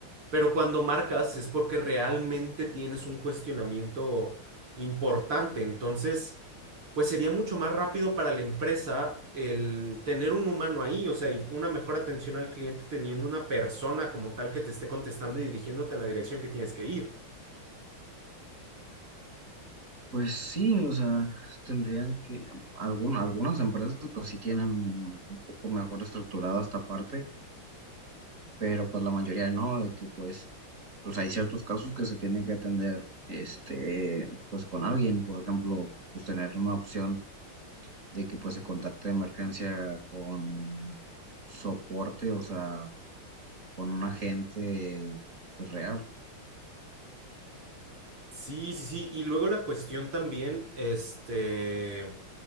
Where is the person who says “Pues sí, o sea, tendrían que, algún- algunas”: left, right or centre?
Right